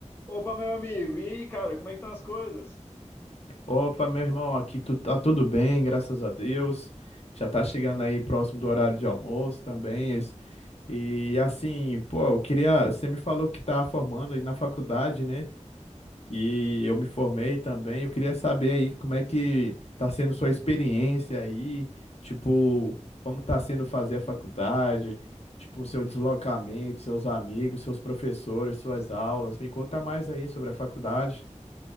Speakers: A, on the left (about 20°); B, on the left (about 60°).
A: Opa, meu amigo, e aí, cara, como é que estão as coisas?
B: Opa, meu irmão, aqui tu, tá tudo bem, graças a Deus. Já tá chegando aí próximo do horário de almoço também. es- E assim, pô, eu queria. Você me falou que tá formando aí na faculdade, né? E eu me formei também. Eu queria saber aí como é que tá sendo sua experiência aí, tipo, como tá sendo fazer a faculdade, tipo, seu deslocamento, seus amigos, seus professores, suas aulas. Me conta mais aí sobre a faculdade.